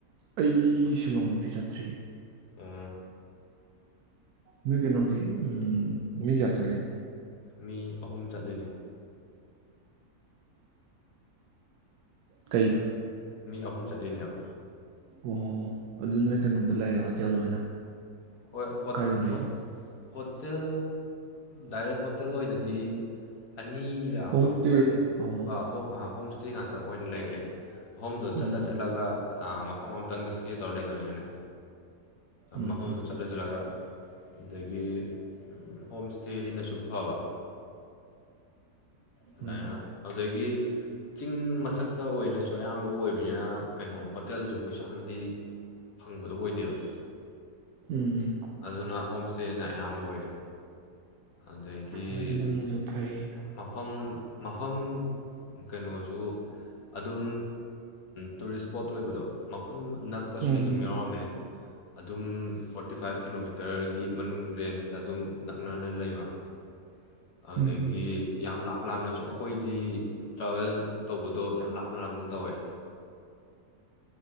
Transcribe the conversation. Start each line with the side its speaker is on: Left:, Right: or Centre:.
Right: ꯑꯩ ꯁꯤꯂꯣꯡꯃꯛꯇꯤ ꯆꯠꯇ꯭ꯔꯤꯌꯦ
Left: ꯑꯣ
Right: ꯃꯤ ꯀꯩꯅꯣ ꯎꯝ ꯃꯤ ꯀꯌꯥ ꯆ ꯂꯩꯅꯤ
Left: ꯃꯤ ꯑꯍꯨꯝ ꯆꯠꯂꯤꯅꯦ
Right: ꯀꯩꯕ
Left: ꯃꯤ ꯑꯍꯨꯝ ꯆꯠꯂꯤꯅꯦꯕ
Right: ꯑꯣ ꯑꯗꯨ ꯅꯣꯏ ꯀꯩꯅꯣꯝꯗ ꯂꯩꯔꯦ ꯍꯣꯇꯦꯜ ꯑꯣꯏꯅ
Left: ꯍꯣꯏ ꯍ
Right: ꯀꯥꯏꯗ ꯂꯩ
Left: ꯍ ꯍꯣꯇꯦꯜ ꯗꯥꯏꯔꯦꯛ ꯍꯣꯇꯦꯜ ꯑꯣꯏꯅꯗꯤ ꯑꯅꯤꯔ
Right: ꯍꯣꯝ
Left: ꯑꯍꯨꯝꯔꯛ
Right: ꯏꯁꯇꯦ ꯑꯣ
Left: ꯍꯣ ꯍꯣꯝ ꯁꯤ ꯉꯥꯛꯇ ꯑꯣꯏꯅ ꯂꯩꯔꯛꯑꯦ ꯑꯍꯣꯝꯗꯣ
Right: ꯎꯝ
Left: ꯆꯠꯂ ꯆꯠꯂꯒ ꯃꯐꯝ ꯑꯃꯇꯪꯗ ꯁ꯭ꯇꯦ ꯇꯧꯔ ꯂꯩꯇꯃꯤꯅꯅꯦ
Right: ꯎꯝ
Left: ꯃꯐꯝꯗꯨ ꯆꯠꯂ ꯆꯠꯂꯒ ꯑꯗꯒꯤ ꯍꯣꯝ ꯏꯁꯇꯦꯅꯁꯨ ꯐꯕ ꯑꯗꯨꯃꯥꯏꯅ
Right: ꯍꯣꯏꯅꯦ
Left: ꯑꯗꯨꯗꯒꯤ ꯆꯤꯡ ꯃꯊꯛꯇ ꯑꯣꯏꯅꯁꯨ ꯑꯌꯥꯝꯕ ꯑꯣꯏꯕꯅꯤꯅ ꯀꯩꯅꯣ ꯍꯣꯇꯦꯜꯁꯨ ꯀꯩꯁꯨ ꯌꯥꯝꯅꯗꯤ ꯐꯪꯕꯗꯣ ꯑꯣꯏꯗꯦꯕ
Right: ꯎꯝ
Left: ꯑꯗꯨꯅ ꯍꯣꯝ ꯏꯁꯇꯦꯅ ꯑꯌꯥꯝꯕ ꯑꯣꯏꯌꯦ ꯑꯗꯒꯤ
Right: ꯍꯣꯏ ꯑꯗꯨꯅꯁꯨ ꯐꯩꯗ
Left: ꯃꯐꯝ ꯃꯐꯝ ꯀꯩꯅꯣꯁꯨ ꯑꯗꯨꯝ ꯇꯨꯔꯤꯁ ꯏꯁꯄꯣꯠ ꯑꯣꯏꯕꯗꯣ ꯃꯐꯝ ꯅꯛꯄꯁꯨ
Right: ꯎꯝ
Left: ꯑꯗꯨꯝ ꯌꯥꯎꯔꯝꯃꯦ ꯑꯗꯨꯝ ꯐꯣꯔꯇꯤ ꯐꯥꯏꯚ ꯀꯤꯂꯣꯃꯤꯇꯔꯒꯤ ꯃꯅꯨꯡ ꯔꯦꯟꯁꯇ ꯑꯗꯨꯝ ꯅꯛꯅꯅ ꯂꯩꯕ <inaudible> ꯑꯗꯨꯗꯒꯤ
Right: ꯎꯝ ꯎꯝ
Left: ꯌꯥꯝ ꯂꯥꯛ ꯂꯞ ꯂꯥꯞꯅꯁꯨ ꯑꯩꯈꯣꯏꯗꯤ ꯇ꯭ꯔꯥꯚꯦꯜ ꯇꯧꯕꯗꯣ ꯌꯥꯝ ꯂꯥꯞꯅ ꯂꯥꯞꯅ ꯇꯧꯋꯦ